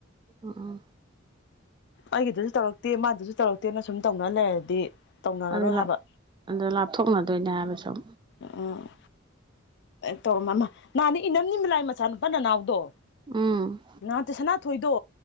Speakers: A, on the right (about 25°); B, on the left (about 60°).
A: ꯑꯣ
B: ꯑꯩꯒꯤꯗꯁꯨ ꯇꯧꯔꯛꯇꯦ ꯃꯥꯗꯨꯁꯨ ꯇꯧꯔꯛꯇꯦꯅ ꯁꯨꯝ ꯇꯧꯅ ꯂꯩꯔꯗꯤ ꯇꯧꯅꯔꯔꯣꯏ
A: ꯑꯗꯨ
B: ꯍꯥꯏꯕ
A: ꯑꯗ ꯂꯥꯞꯊꯣꯛꯅꯗꯣꯏꯅꯦ ꯍꯥꯏꯕ ꯁꯨꯝ
B: ꯎꯝ ꯇꯧꯔꯃ ꯅꯍꯥꯟꯅꯦ ꯏꯅꯝꯅꯤ ꯃꯤꯂꯥꯏ ꯃꯆꯥ ꯅꯨꯨꯄꯥ ꯅꯅꯥꯎꯗꯣ
A: ꯎꯝ
B: ꯉꯍꯇ ꯁꯅꯥ ꯊꯣꯏꯗꯣ